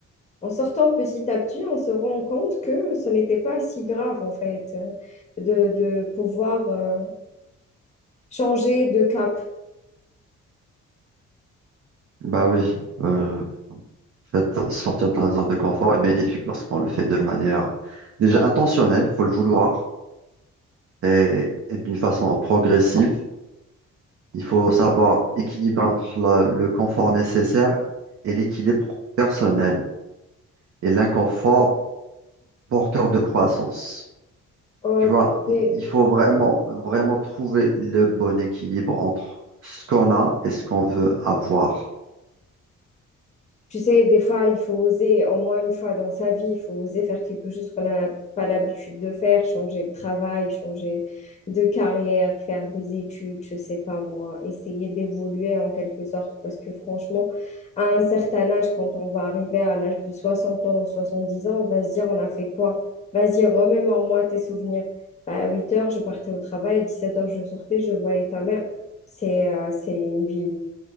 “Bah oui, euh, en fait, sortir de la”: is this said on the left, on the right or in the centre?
Right